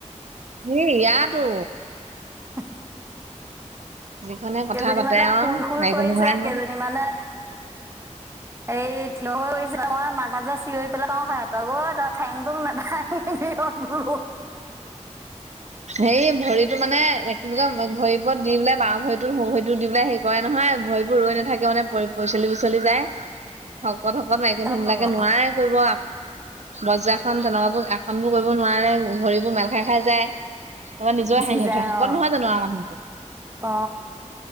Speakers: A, on the right; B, on the right.
A: হেই ইয়াটো।
B: <unintelligible>
A: যিখনে কথা
B: কেইজনী
A: পাতে
B: মানে
A: আৰু
B: শুই-শুই
A: মাইকী
B: কৰিছে,
A: মানুহে
B: কেইজনী মানে এই থিয় হৈ মই মাজতে চিঞৰি পেলাই কওঁ হে তগৰ তই ঠেংটো নাভাঙিবি।
A: হেৰি ভৰিতো মানে কি বুলি কয় ভৰিবোৰত দি পেলাই বাঁ ভৰিতত শো ভৰিতো দি পেলাই হে কৰে নহয় ভৰিবোৰ ৰৈ নাথাকে মানে পিছলি পিচলি যায় <inaudible> শকত-শকত মাইকী মানুহবিলাকে
B: অঁ
A: নোৱাৰে কৰিব। বজ্ৰাশন তেনেকুৱাবোৰ আসন বোৰ কৰিব নোৱাৰে, ভৰিবোৰ মেল খাই- খাই যায়। তাৰপৰা নিজৰে
B: চি
A: হাঁহি
B: যাই
A: উঠে শকত
B: অ-
A: নহয় জানো আৰু মানুহবোৰ
B: অ,